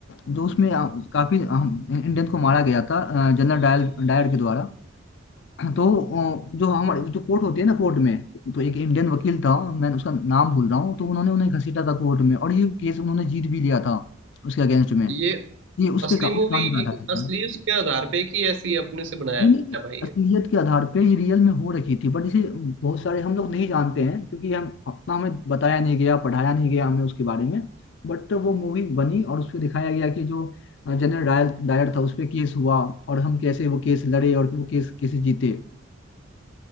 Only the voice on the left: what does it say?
जो उसमें अ, काफी इंडियन को मारा गया था जनरल डायल डायर के द्वारा तो अ, जो हमारे जो कोर्ट होती है ना कोर्ट में तो एक इंडियन वकील था मैं उसका नाम भूल रहा हूँ तो उन्होंने उन्हें घसीटा था कोर्ट में और ये केस उन्होंने जीत भी लिया था उसके अगेंस्ट में
ये उस
पे का उस
कहानी पे आधारित
है
यानी
असलियत के आधार पे ये रियल में हो रखी थी बट इसे बहुत सारे हम लोग नहीं जानते हैं क्योंकि हम अपना हमें बताया नहीं गया पढ़ाया नहीं गया हमें उसके बारे में बट वो मूवी बनी और उसमें दिखाया गया कि जो जनरल डायर डायर था उस पे केस हुआ और हम कैसे वो केस लड़े और वो केस कैसे जीते